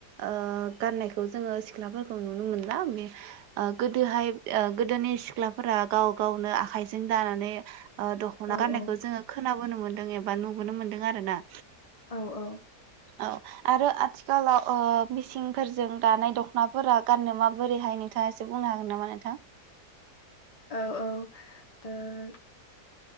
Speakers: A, on the right; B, on the left.
A: ओ गाननायखौ जोंङो सिख्लाफोरखौ नुनो मोनला बे ओ गोदोहाय ओ गोदोनि सिख्लाफोरा गाव-गावनो आखायजों दानानै। ओ दख'ना
B: औ
A: गाननायखौ
B: औ
A: जोंङो। खोनाबोनो मोन्दों एबा नुबोनो मोन्दों आरोना।
B: औ-औ।
A: औ आरो आथिखालाव ओ मिसिंफोरजों दानाय दख'नाफोरा गाननो मा बोरैहाय नोंथांङा एसे बुंनो हागोन नामा नोंथां?
B: औ-औ ओ।